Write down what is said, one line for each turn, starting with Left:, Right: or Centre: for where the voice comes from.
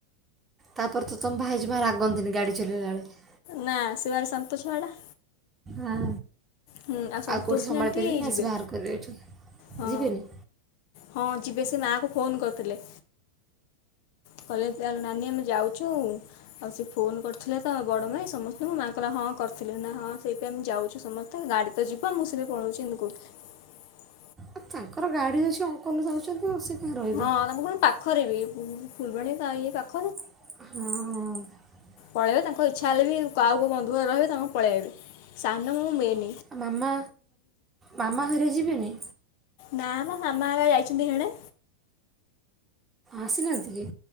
Right: ତାପରେ ତ ତମ ଭାଇଜମା ରାଗନ୍ତିନି! ଗାଡି ଚଲେଇଲା ବେଳେ?
Left: ନା, ସେ ଭାରି ଶାନ୍ତ ଛୁଆ ଟା।
Right: ହଁ
Left: ହୁଁ ସନ୍ତୋଷିନୀ
Right: ଆଉ କଉଁଠି ସମାଳି
Left: ଆଣ୍ଟି
Right: ପାରିବେନି
Left: ଯିବେ।
Right: ଆସି ବାହାର କରବେ ଏଠୁ!
Left: ହଁ
Right: ଯିବେନି?
Left: ହଁ ଯିବେ। ସେ ମା କୁ ଫୋନ୍ କରଥିଲେ। କଲେଜ୍ ଚାଲ ନାନୀ ଆମେ ଯାଉ ଯଉ ସେ ଫୋନ କରିଥିଲେ ତ, ବଡ ମାଇଁ ସମସ୍ତଙ୍କୁ ମା କହିଲା, ହଁ କରିଥିଲେ ନା ହଁ ସେଇପାଇଁ ମୁଁ ଯାଉ ଯାଉଛୁ, ସମସ୍ତେ ଗାଡି ତ ଯିବ ମୁଁ ସେଥିରେ ପଳଉଛି ଏମିତି କହୁଥିଲେ।
Right: ଆ ତାଙ୍କର ଗାଡି ଅଛି ଅଙ୍କଲ ଯାଉଛନ୍ତି। ଆଉ ସେ କାହିଁ ରହିବେ
Left: ହଁ, ତମ କଣ ପାଖରେ ବି? ଫୁଲବାଣୀ ତାଇ ପାଖରେ
Right: ହଁ।
Left: ପଳେଇବା ତାଙ୍କ ଇଚ୍ଛା ହେଲେ ବି ଆଉ କଉ ବନ୍ଧୁ ରହିବେ ତାଙ୍କର ପଳେଇଆଇବେ। ସାନଁ ବଉ ମେନ୍
Right: ଆ ମାମା ମାମା ହେରି ଯିବେନି।
Left: ନା ନା ମାମା ହେରିକା ଯାଇଛନ୍ତି ହେଣେ।
Right: ଆସିନାହାନ୍ତି କି?